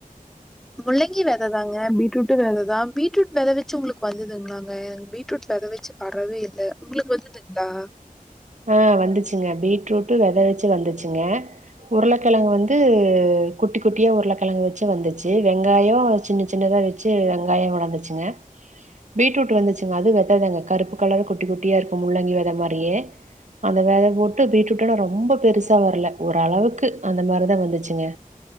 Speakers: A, in the centre; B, on the right.
A: முள்ளங்கி வெததாங்க பீட்ரூட் வெததா பீட்ரூட் வெத வெச்சி உங்களுக்கு வந்துதுங்களாங்க பீட்ரூட் வெத வெச்சி வரவே இல்ல உங்களுக்கு வந்துதுங்களா
B: ஆஹ் வந்துச்சுங்க பீட்ரூட் வெத வெச்சு வந்துச்சுங்க உருளக்கெழங்கு வந்து குட்டி குட்டியா உருளக்கெழங்கு வெச்சு வந்துச்சு வெங்காயோ சின்ன சின்னதா வெச்சு வெங்காயோ வளரந்துச்சுங்க பீட்ரூட் வந்துச்சுங்க அது வெத தாங்க கருப்பு கலரு குட்டி குட்டியா இருக்கும் முள்ளங்கி வெத மாரியே அந்த வெத போட்டு பீட்ரூட்டானா ரொம்ப பெருசா வரல ஓரளவுக்கு அந்த மாரிதா வந்துச்சுங்க